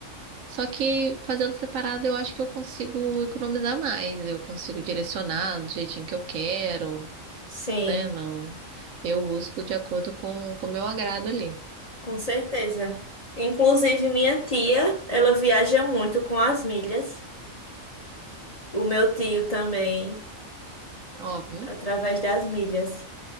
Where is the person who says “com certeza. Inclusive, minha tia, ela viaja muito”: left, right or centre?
Left